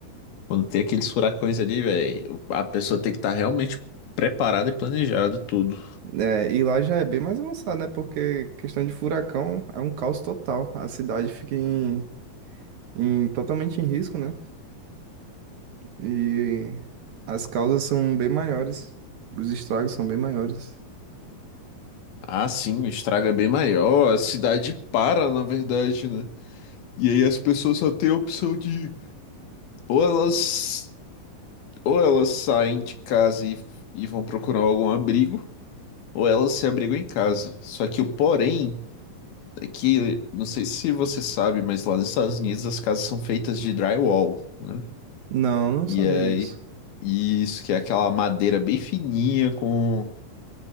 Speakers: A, on the left (about 80°); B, on the right (about 65°).
A: quando tem aqueles furacões ali, velho, a pessoa tem que estar realmente preparada e planejada tudo.
B: É, e lá já é bem mais avançado, né? Porque questão de furacão é um caos total. A cidade fica em, em- totalmente em risco, né? E as causas são bem maiores. Os estragos são bem maiores.
A: Ah, sim, o estrago é bem maior, a cidade para, na verdade, né? E aí as pessoas só têm a opção de ou elas ou elas saem de casa e, e vão procurar algum abrigo, ou elas se abrigam em casa. Só que o porém é que, não sei se você sabe, mas lá nos Estados Unidos as casas são feitas de drywall, né?
B: Não, não
A: E
B: sabia
A: aí
B: disso.
A: isso que é aquela madeira bem fininha com